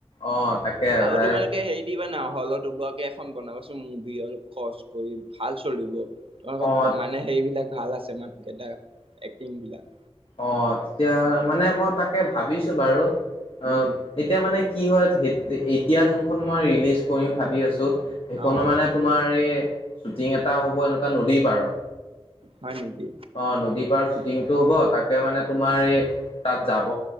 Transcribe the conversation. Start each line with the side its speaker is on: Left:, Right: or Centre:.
Left: অ', তাকে
Right: আৰু
Left: ভাই
Right: তোমালোকে হেৰি দিবা না হলত ওলোৱাকে এখন বনাবচোন মুভি অলপ খৰচ কৰি, ভাল চলিব। তোমালোকৰ
Left: অ',
Right: মানে হেৰিবিলাক ভাল আছে, মানুহকেইটা এক্টিং বিলাক।
Left: অ' তেতিয়া মানে মই তাকে ভাবিছোঁ বাৰু অ'
Right: উম,
Left: তেতিয়া মানে কি হয় এতিয়া যোনখন মই ৰিলিজ কৰিম ভাবি আছোঁ সেইখনৰ
Right: অ',
Left: মানে তোমাৰ এই শ্বুটিং এটা হ'ব এনেকুৱা নদী পাৰত,
Right: হয় নেকি
Left: অ' নদী পাৰত শ্বুটিংটো হ'ব তাক মানে তোমাৰ এই তাত যাব